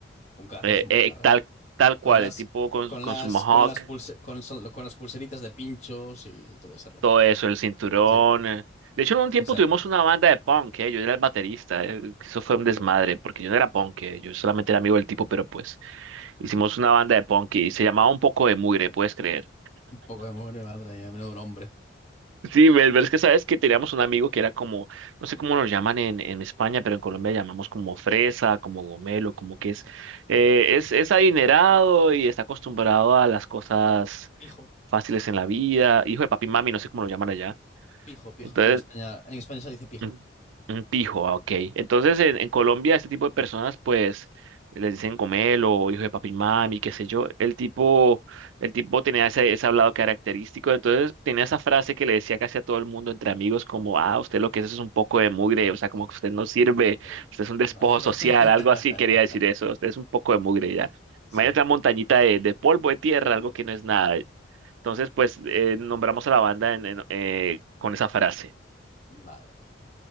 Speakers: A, on the left; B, on the right.
A: Puncarra,
B: eh,
A: es un
B: eh,
A: puncarras,
B: tal,
A: sí.
B: tal
A: Con
B: cual,
A: las,
B: el tipo con,
A: con
B: con
A: las,
B: su mohawk,
A: con las pulse- con, sol- con las pulseritas de pinchos y todo ese rollo.
B: todo eso, el cinturón.
A: Sí,
B: eh. De hecho, en un tiempo
A: exacto.
B: tuvimos una banda de punk, ¿eh? Yo era el baterista, ¿eh? que Eso fue un desmadre, porque yo no era punk, ¿eh? Yo solamente era amigo del tipo, pero pues hicimos una banda de punk y se llamaba Un poco de mugre, ¿puedes creer?
A: Un poco de mugre madre y a menudo un hombre.
B: Sí, pero es que sabes que teníamos un amigo que era como, no sé cómo nos llaman en, en España, pero en Colombia llamamos como fresa, como gomelo, como que es, eh, es, es adinerado y está acostumbrado a las cosas
A: Hijo.
B: fáciles en la vida, hijo de papi y mami, no sé cómo lo llaman allá.
A: Pijo, pijo.
B: Entonces,
A: En España, en España se dice pijo.
B: un, un pijo, ah, ok. Entonces, en, en Colombia, este tipo de personas, pues, les dicen gomelo, hijo de papi y mami, qué sé yo. El tipo, el tipo tenía ese, ese hablado característico, entonces tenía esa frase que le decía casi a todo el mundo entre amigos, como, ah, usted lo que es es un poco de mugre, o sea, como que usted no sirve,
A: Poca de mugre.
B: usted es un despojo
A: Madre.
B: social,
A: <laughs>
B: algo así quería decir eso, usted es un poco de mugre ya.
A: Sí.
B: Imagínate una montañita de, de polvo, de tierra, algo que no es nada. Entonces, pues, eh, nombramos a la banda en- en- eh, con esa frase.
A: Madre mía.